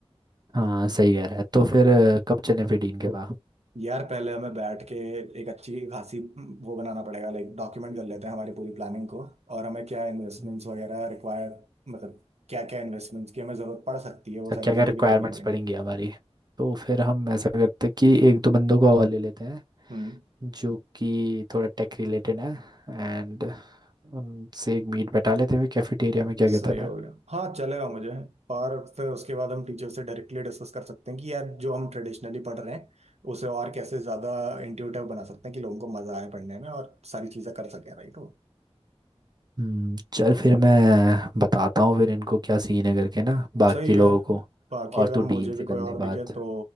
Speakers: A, on the right (about 40°); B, on the right (about 80°).
A: हाँ सही कह रहा है तो फिर अ, कब चलें फिर डीन के पास
B: यार पहले हमें बैठ के एक अच्छी खासी वो बनाना पड़ेगा लाइक डॉक्यूमेंट कर लेते हैं हमारी पूरी प्लानिंग को और हमें क्या इन्वेस्टमेंट्स
A: हम्म।
B: वगैरह रिक्वायर मतलब क्या क्या इन्वेस्टमेंट्स की हमें जरूरत पड़ सकती है वो
A: तो
B: सारी
A: क्या
B: चीजें
A: क्या रिक्वायरमेंट्स
B: भी देखनी पड़ेंगी
A: पड़ेंगी हमारी तो फिर हम ऐसा करते हैं कि एक दो बंदों को और ले लेते हैं
B: हम्म
A: जो कि थोड़ा टेक रिलेटेड है एंड उनसे एक मीट बैठा लेते हैं कैफेटेरिया में क्या कहता
B: सही होगा
A: है
B: हाँ चलेगा मुझे और फिर उसके बाद हम टीचर से डायरेक्टली डिस्कस कर सकते हैं कि यार जो हम ट्रेडिशनली पढ़ रहे हैं उसे और कैसे ज़्यादा इंट्यूटिव बना सकते हैं कि लोगों को मज़ा आए पढ़ने में और सारी चीज़ें कर सकें राइट हो
A: हम्म चल फिर मैं बताता हूँ फिर इनको क्या सीन है करके ना बाकी
B: सही है
A: लोगों को
B: बाकी
A: और
B: अगर
A: तू
B: मुझे
A: डीन से
B: भी कोई
A: कर ले
B: और दिखे
A: बात
B: तो